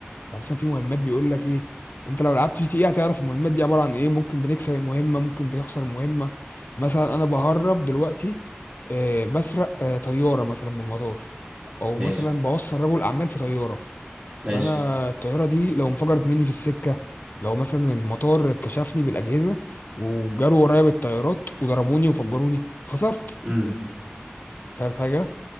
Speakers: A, on the left (about 55°); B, on the right (about 35°).
A: يعني مثلا في مهمات بيقول لك ايه انت لو لعبت جي تي ايه هتعرف المهمات دي عباره عن ايه ممكن بتكسب المهمه ممكن بتخسر مهمه مثلا انا بهرب دلوقتي آه بسرق آه طياره مثلا من المطار او
B: ماشي
A: مثلا بوصل رجل اعمال في طياره
B: ماشي
A: فانا الطياره دي لو انفجرت مني في السكه لو مثلا المطار كشفني بالاجهزه وجروا ورايا بالطيارات وضربوني وفجروني خسرت
B: امم
A: فاهم حاجه